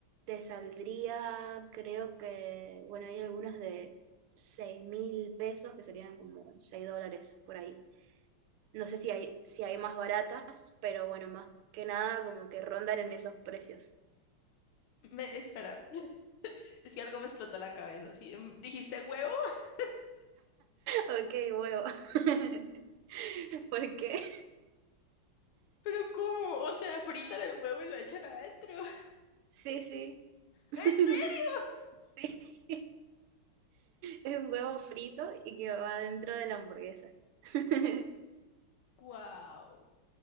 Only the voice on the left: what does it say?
Me, espera, <laughs> es que algo me explotó la cabeza, ¿sí? Em, ¿Dijiste huevo? <laughs>
¿Pero cómo? O sea, fritan el huevo y lo echan adentro. <laughs>
¿En serio?
¡Guau!